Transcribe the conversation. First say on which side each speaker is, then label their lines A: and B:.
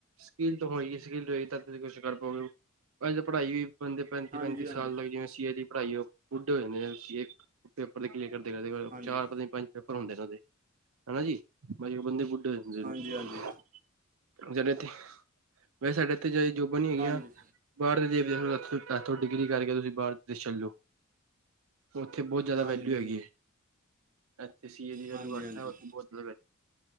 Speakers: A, on the right; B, on the right.
A: ਸਕਿਲ ਤੋ ਹੋਈ ਗੀ ਸਕਿਲ ਰਹੇ ਤਦ ਤੁਸੀਂ ਕੁਛ ਕਰ ਪਾਓਗੇ। ਅਸੀ ਤੇ ਪੜ੍ਹਾਈ ਵੀ ਬੰਦੇ ਪੈਂਤੀ-
B: ਹਾਂਜੀ
A: ਪੈਂਤੀ
B: ਹਾਂਜੀ
A: ਸਾਲ ਲੱਗ ਜੇ ਜਿਵੇਂ ਸੀਏ ਦੀ ਪੜ੍ਹਾਈ ਔ ਬੁੱਡੇ ਹੋ ਜਾਂਦੇ ਨੇ ਸੀਏ ਕ ਪੇਪਰ ਦੇ ਕਲੀਅਰ ਕਰਦੇ- ਕਰਦੇ ਕਰ
B: ਹਾਂਜੀ
A: ਚਾਰ ਪਤਾ ਨੀ ਪੰਜ ਪੇਪਰ ਹੁੰਦੇ ਨੇ ਉਹਦੇ। ਹੈਨਾ ਜੀ ਮਤਲਬ ਜੇੜੇ ਬੰਦੇ ਬੁਢੇ ਜਾਂਦੇ
B: ਹਾਂਜੀ
A: ਨੇ,
B: ਹਾਂਜੀ
A: ਜਨੇ ਤੇ ਵੈਸੇ ਸਾਡੇ ਐਥੇ ਜਾਈ ਜੋਬਾ ਨੀ ਹੈਗੀਆਂ।
B: ਹਾਂਜੀ
A: <unintelligible> ਐਥੋਂ ਡਿਗਰੀ ਕਰਕੇ ਤੁਸੀਂ ਬਾਰ ਤੇ ਛੱਲੋ। ਔਥੇ ਬੌਤ ਜੈਦਾ
B: ਹਾਂਜੀ
A: ਵੈਲਊ ਹੈਗੀ ਏ। ਅੱ ਇਥੇ ਸੀ ਏ ਦੀ ਵੈਲਯੂ
B: ਹਾਂਜੀ
A: ਘਟ
B: ਹਾਂਜੀ
A: ਏ, ਉਥੇ ਬਹੁਤ ਜ਼ਿਆਦਾ।